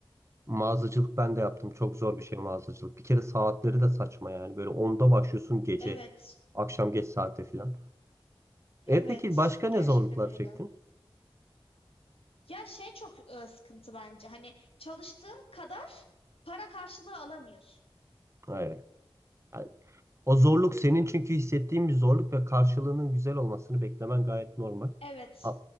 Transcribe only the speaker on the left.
Evet,
evet
gerçekten
öyle.
Ya şey çok e, sıkıntı bence hani çalıştığın kadar para karşılığı alamıyorsun.
Evet.